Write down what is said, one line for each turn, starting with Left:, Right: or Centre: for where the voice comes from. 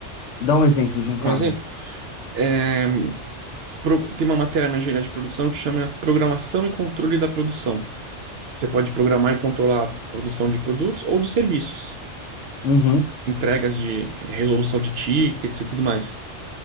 Left: Dá um exemplo de um cargo.
Right: Um exemplo? É, pro- Tem uma matéria na engenharia de produção que chama Programação e Controle da Produção. Você pode programar e controlar a produção de produtos ou de serviços,
Left: Uhum.
Right: entregas de resolução de tickets e tudo mais.